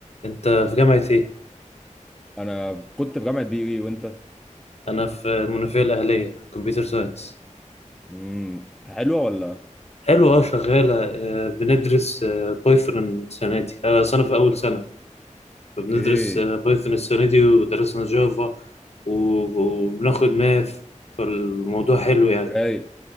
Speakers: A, on the left; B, in the centre.
A: انت في جامعة ايه؟
B: انا كنت في جامعه بي اي وانت
A: انا في المنوفية الاهلية كمبيوتر ساينس
B: امم حلوه ولا
A: حلو اه شغالة آه، بندرس بايثون السنة دي انا سنة في اول سنة فبندرس
B: اوكي
A: بايثون السنة دي ودرسنا جافا و- وبناخد ماث فالموضوع حلو يعني
B: رايق